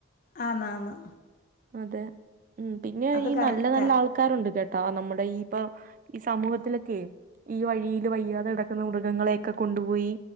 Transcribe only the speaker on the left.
ആന്നാന്ന്
അത്
കറക്റ്റാ